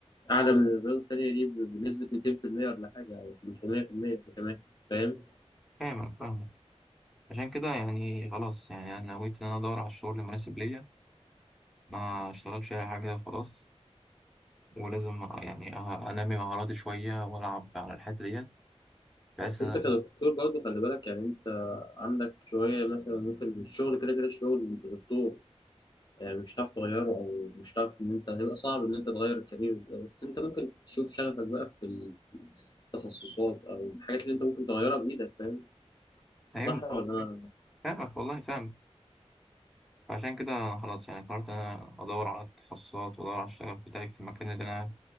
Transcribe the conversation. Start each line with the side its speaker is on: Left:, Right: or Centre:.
Left: أعلى من الرياضة التانية دي ب- بنسبة 200% ولا حاجة أو 300% كمان فاهم؟
Centre: فاهم انا فاهمك عشان كده يعني خلاص يعني انا نويت ان انا ادور على الشغل المناسب ليا ما اشتغلش اي حاجه كده خلاص ولازم يعني أه- انمي مهاراتي شويه والعب على الحته ديت بحيث
Left: بس
Centre: ان
Left: انت
Centre: انا
Left: كدكتور برضه خلي بالك يعني انت عندك شوية مثلا ممكن الشغل كده كده الشغل انت دكتور يعني مش هتعرف تغيره او مش هتعرف ان انت هيبقى صعب ان انت تغير الكارير ده بس انت ممكن تشوف شغفك بقى في التخصصات او الحاجات اللي انت ممكن تغيرها بايدك فاهم
Centre: فاهم
Left: صح ولا انا
Centre: فاهمك والله فاهم فعشان كده أنا خلاص يعني قررت ان انا ادور على التخصصات وادور على الشغف بتاعي في المكان اللي انا